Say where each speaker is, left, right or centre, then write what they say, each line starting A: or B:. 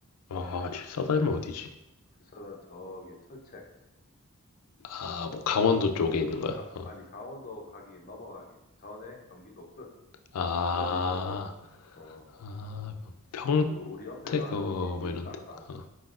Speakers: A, on the left (about 80°); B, on the left (about 40°).
A: 아, 집사다니면 어디지?
B: 7사단 저기 철책
A: 아, 뭐 강원도 쪽에
B: 그
A: 있는 거야?
B: 가,
A: 어.
B: 아니 강원도 가기 넘어가기 전에 경기도 끝
A: 아,
B: 오른쪽으로. 어,
A: 아, 뭐 평택,
B: 그 우리 옆에가
A: 어,
B: 21산가?
A: 뭐 이런 데. 어.